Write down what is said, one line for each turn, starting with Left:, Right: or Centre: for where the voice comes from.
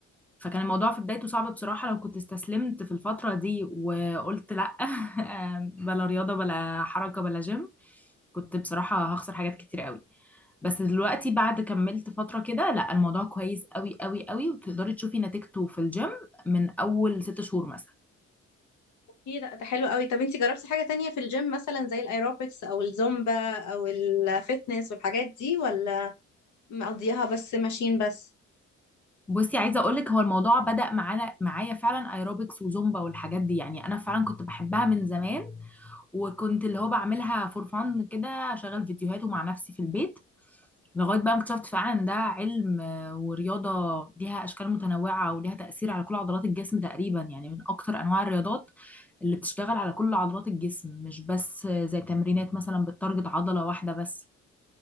Centre: فكان الموضوع في بدايته صعب بصراحة لو كنت استسلمت في الفترة دي وقلت لأ <laughs> بلا رياضة بلا حركة بلا جيم كنت بصراحة هخسر حاجات كتير قوي بس دلوقتي بعد كملت فترة كده لا الموضوع كويس قوي قوي قوي وتقدري تشوفي نتيجته في الجيم من أول ست شهور مثلا
Left: اوكي لا ده حلو قوي طب انتي جربتي حاجة تانية في الجيم مثلا زي الايروبكس او الزومبا او الفتنس والحاجات دي ولا مقضيها بس ماشين بس؟
Centre: بصي عايزه اقول لك هو الموضوع بدأ معانا معايا فعلا ايروبكس وزومبا والحاجات دي يعني انا فعلا كنت بحبها من زمان وكنت اللي هو بعملها فور فان كده اشغل فيديوهاته مع نفسي في البيت لغايه بقى ما اكتشفت فعلا إن ده علم آه، ورياضه ليها اشكال متنوعه وليها تأثير على كل عضلات الجسم تقريبا يعني من اكتر انواع الرياضات اللي بتشتغل على كل عضلات الجسم مش بس آه، زي تمرينات مثلا بتتارجت عضله واحده بس